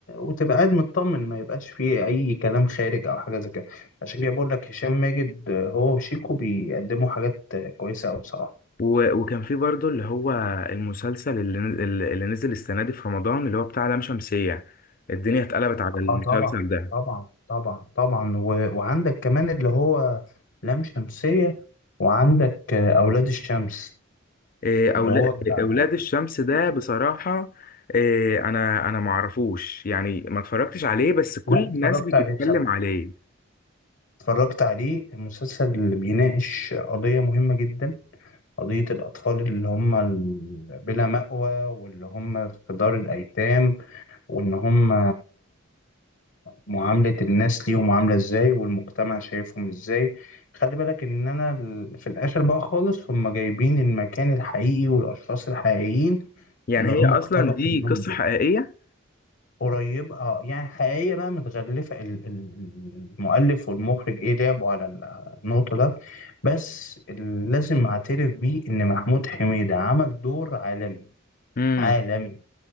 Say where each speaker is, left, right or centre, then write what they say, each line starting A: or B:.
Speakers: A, on the left; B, on the left.
A: وتبقى قاعد مطمن ما يبقاش فيه أي كلام خارج أو حاجة زي كده عشان كده بقول لك هشام ماجد آه، هو وشيكو بيقدموا حاجات آه، كويسة أوي بصراحة
B: و- وكان في برضه اللي هو المسلسل اللي نز- اللي نزل السنه دي في رمضان اللي هو بتاع لام شمسيه الدنيا اتقلبت على المسلسل
A: اه طبعا
B: ده
A: طبعا طبعا طبعا و... وعندك كمان اللي هو لام شمسية وعندك آه، أولاد الشمس
B: آه، اولاد
A: اللي هو بتاع
B: اولاد الشمس ده بصراحه إيه، انا انا ما اعرفوش يعني ما اتفرجتش عليه بس كل
A: لا
B: الناس
A: اتفرجت
B: بتتكلم
A: عليه بصراحة
B: عليه
A: اتفرجت عليه المسلسل اللي بيناقش قضية مهمة جدا قضية الأطفال اللي هم ال- بلا مأوى واللي هم في دار الأيتام وإن هم معاملة الناس ليهم عاملة إزاي والمجتمع شايفهم إزاي خلي بالك إن أنا ال- في الآخر بقى خالص هم جايبين المكان الحقيقي والأشخاص الحقيقيين
B: يعني
A: اللي
B: هي
A: هم
B: اصلا
A: اقتبسوا
B: دي
A: منهم
B: قصه حقيقيه
A: قريب اه يعني حقيقية بقى متغلفة ال- ال- المؤلف والمخرج ايه لعبوا على النقطة ده بس ال- لازم اعترف بيه ان محمود حميدة عمل دور عالمي
B: امم
A: عالمي